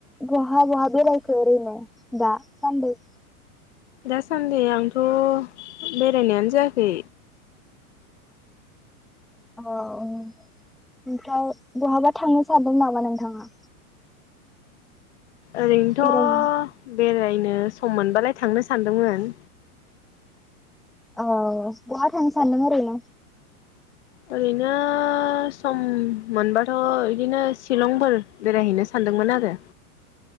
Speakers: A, in the centre; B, on the left.
A: बहा बहा बेरायखो ओरैनो दा सान्दै?
B: दासान्दि आंथ' बेरायनायानो जायाखै।
A: अ अ ओमफ्राय बहाबा थांनो सानदों नामा नोंथाङा?
B: ओरैनोथ'
A: बेरायहैनो
B: बेरायनो सम मोनबालाय थांनो सानदोंमोन।
A: अ बहा थांनो सान्दों ओरैनो?
B: ओरैनो सम मोनबाथ' इदिनो शिलंफोर बेरायहैनो सानदोंमोन आरो